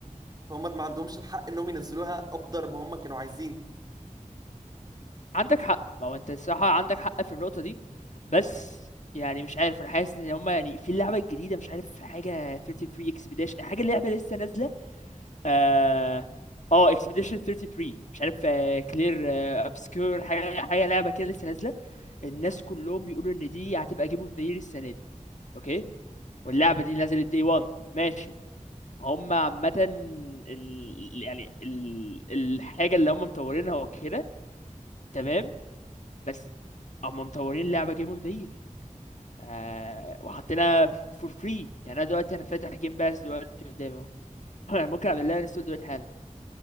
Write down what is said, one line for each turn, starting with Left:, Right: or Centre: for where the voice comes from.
Right: فهم ما عندهمش الحق انهم ينزلوها ابدر ما هم كانوا عايزين
Left: عندك حق ما هو انت الصراحة عندك حق في النقطة دي بس يعني مش عارف انا حاسس ان هما يعني في اللعبة الجديدة مش عارف حاجة 33 اكسبيديشن حاجة اللعبة لسه نازلة اه اه اكسبيديشن 33 مش عارف كلير ابسكور حاجة حاجة لعبة كده لسه نازلة الناس كلهم بيقولوا ان دي هتبقى جيم اوف ذا يير السنة دي اوكي واللعبة دي نزلت دي 1 ماشي هم عامة ال... يعني ال... الحاجة اللي هم مطورينها وكده تمام بس اما مطورين اللعبه جيم اوف ذا يير ف... وحاطينها فور فري يعني انا دلوقتي انا فاتح جيم باس دلوقتي قدامي اهو <laughs> انا ممكن اعمل لها انستول دلوقتي حالا